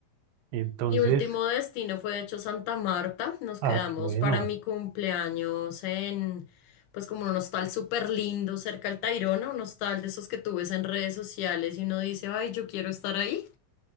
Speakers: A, on the right; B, on the left.
A: Entonces...
B: Mi último destino fue de hecho Santa Marta. Nos
A: Ah,
B: quedamos
A: qué bueno.
B: para mi cumpleaños en, pues como un hostal súper lindo cerca al Tayrona, un hostal de esos que tú ves en redes sociales y uno dice, ay, yo quiero estar ahí.